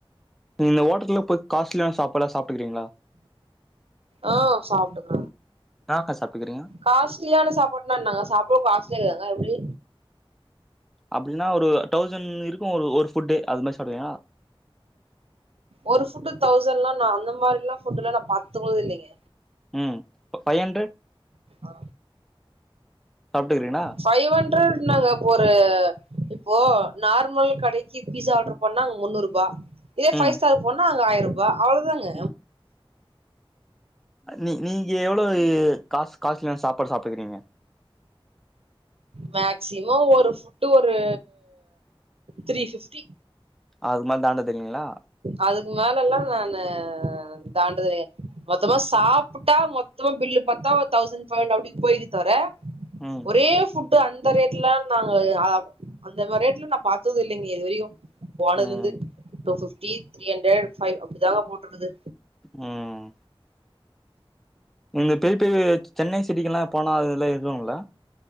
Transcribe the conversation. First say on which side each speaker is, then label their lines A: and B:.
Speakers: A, in the centre; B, on the right.
A: இந்த ஹோட்டல்ல போய் காஸ்ட்லியான சாப்பாடல்லா சாப்ட்டுருக்கிங்களா
B: ஆ சாப்டுங்க
A: என்னாக்கா சாப்டுகிறீங்க
B: காஸ்ட்லியான சாப்பாடுனா என்னங்க சாப்பாடு காஸ்லியாருக்காங்க எப்டி
A: அப்டின்னா ஒரு தௌசண்ட் இருக்கு ஒரு ஒரு ஃபுட்டு அது மாரி சாப்டுவீங்களா
B: ஒரு ஃபுட்டு தௌசண்லா நா அந்த மாரிலா ஃபுட்டுலா நா பாத்தது கூட இல்லைங்க
A: ம் இப்ப ஃபைவ் ஹண்ரட்
B: ஆ
A: சாப்ட்டுக்கறீங்ளா
B: ஃபைவ் ஹண்ட்ரட் நாங்க அப்ப ஒரு இப்போ நார்மல் கடைக்கு பீஸா ஆர்டர் பண்ணா அங்க முன்னூறுபா இதே
A: ம்
B: ஃபைஸ்டாரு போனா அங்க ஆயிரூபா அவ்ளதாங்க
A: ம் நீ நீங்க எவ்ளவு காஸ் காஸ்லியான சாப்பாடு சாப்ட்டுக்கறீங்க
B: மேக்சிமம் ஒரு ஃபுட்டு ஒரு த்ரீ பிஃப்டி
A: அதுக்மேல தாண்டது இல்லிங்ளா
B: அதுக்கு மேல எல்லா நானு தாண்டுதிரே மொத்தமா சாப்புட்டா மொத்தமா பில்லு பாத்தா ஒரு தௌசண்ட் ஃபைவ் ஹண்ட அப்டி போயிகு தவற
A: ம்
B: ஒரே ஃபுட்டு அந்த ரேட்ல நாங்க அந்தமாரி ரேட்ல நான் பாத்தது இல்லைங்க இதுவரையு போனதுலருந்து
A: ம்
B: two fifty three hundred five அப்டிதாங்க போட்றுக்குது
A: ம் இந்த பெ பெ சென்னை சிட்டிக்கெல்லா போனா அதல்லா இருக்குங்களா